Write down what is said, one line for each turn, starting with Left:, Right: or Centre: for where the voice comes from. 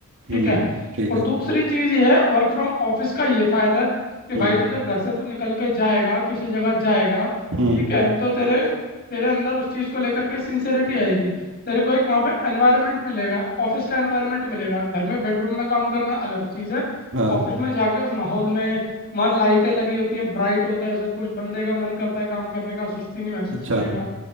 Left: ठीक
Right: हम्म
Left: है
Right: ठीक
Left: और
Right: है
Left: दूसरी चीज़ ये है वर्क फ्रॉम ऑफिस का ये फ़ायदा है कि भाई
Right: हम्म
Left: तू जब घर से तू निकल के जाएगा किसी जगह जाएगा
Right: हम्म
Left: ठीक है तो तेरे तेरे अंदर उस चीज़ को लेकर के सिंसेरिटी आएगी तेरे को एक वहाँ पे एनवायरनमेंट मिलेगा ऑफिस का एनवायरनमेंट मिलेगा घर में बेडरूम में काम करना अलग चीज़ है
Right: हाँ
Left: ऑफिस में जाके उस माहौल में वहाँ लाइटें लगी होती हैं ब्राइट होता है सब कुछ बंदे का मन करता है काम करने का सुस्ती नहीं महसूस
Right: अच्छा
Left: करेगा